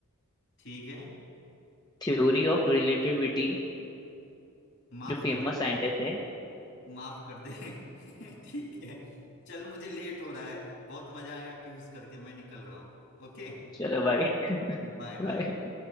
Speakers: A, on the left; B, on the left.
A: ठीक है
B: Theory of relativity
A: माफ
B: जो फेमस
A: कर दे
B: साइंटिस्ट
A: भाई
B: है
A: माफ कर दे <laughs> ठीक है चल मुझे लेट हो रहा है बहुत मजा आया क्यूज करके मैं निकल रहा हूँ ओके
B: <laughs> चलो भाई
A: Bye
B: बाय
A: bye